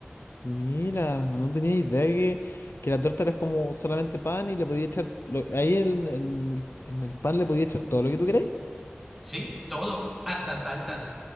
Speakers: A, on the left (about 80°); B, in the centre.
A: Mira, no tenía idea que, que la torta era como solamente pan y le podía echar, lo- ahí en, en el, en el pan le podía echar todo lo que tú queráis.
B: Sí, todo, hasta salsa.